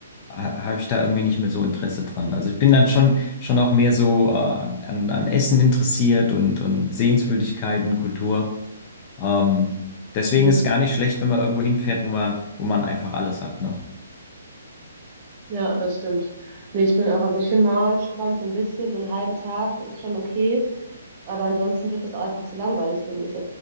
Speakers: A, on the left (about 20°); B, on the right (about 25°).
A: ha- habe ich da irgendwie nicht mehr so Interesse dran. Also ich bin dann schon schon auch mehr so äh, an, an Essen interessiert und und Sehenswürdigkeiten, Kultur. Ähm, deswegen
B: Mhm.
A: ist es gar nicht schlecht, wenn man irgendwo hinfährt, wo man wo man einfach alles hat, ne?
B: Ja, das stimmt. Nee, ich bin auch, also ich finde Malstrand so ein bisschen, so einen halben Tag ist schon okay, aber ansonsten wird das einfach zu langweilig, finde ich.